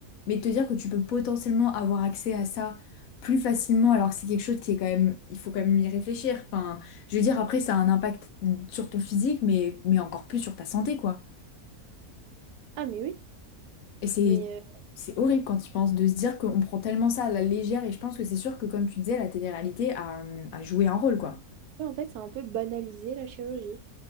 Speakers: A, on the left; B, on the right.
A: Mais te dire que tu peux potentiellement avoir accès à ça plus facilement, alors que c'est quelque chose qui est quand même, il faut quand même y réfléchir. Enfin, je veux dire, après, ça a un impact sur ton physique, mais, mais encore plus sur ta santé, quoi.
B: Ah mais oui,
A: Et c'est
B: mais euh,
A: c'est horrible quand tu penses de se dire qu'on prend tellement ça à la légère et je pense que c'est sûr que comme tu disais, la télé-réalité a, hum, a joué un rôle quoi.
B: ouais, en fait, c'est un peu banalisé la chirurgie.